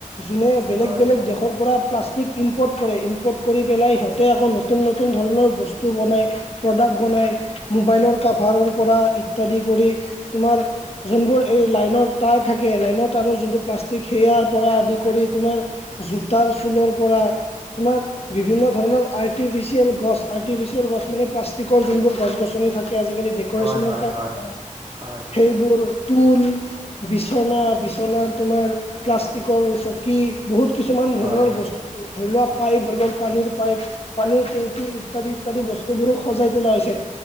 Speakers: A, on the left; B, on the right.
A: যোনে বেলেগ
B: হয়
A: বেলেগ দেশৰ পৰা প্লাষ্টিক ইম্পৰ্ট কৰে ইম্পৰ্ট কৰি পেলাই সিহঁতে আকৌ ন তুন নতুন ধৰণৰ বস্তু বনাই প্ৰডাক্ট বনাই মোবাইলৰ কাভাৰৰ পৰা ইত্যাদি কৰি তোমাৰ যোনবোৰ এই লাইনৰ তাৰ থাকে লাইনৰ তাৰৰ যোনটো প্লাষ্টিক সেয়াৰ পৰা আদি কৰি তোমাৰ জোতাৰ চুলৰ পৰা তোমাৰ বিভিন্ন ধৰণৰ আইট ৰ্টিফিচিয়েল গছ আৰ্টিফিচিয়েল গছ মানে প্লাষ্টিকৰ যোনবোৰ গছ গছনি থাকে আজিকালি দেক কৰেচনৰ
B: হয় হয়
A: কাৰ
B: হয়
A: অ
B: হয় হয়
A: সেইবোৰ তুল, বিচনা বিচনাৰ তোমাৰ প্লাষ্টিকৰ চকী বহুত কিছুমান ধৰণৰ
B: হয়
A: বস্তু ধৰি লোৱা পাইপ হৈ গ'ল পানীৰ পাইপ পানীৰ টেংকি ইত্যাদি ইত্যাদি বস্তু বোৰো সজাই তোলা হৈছে।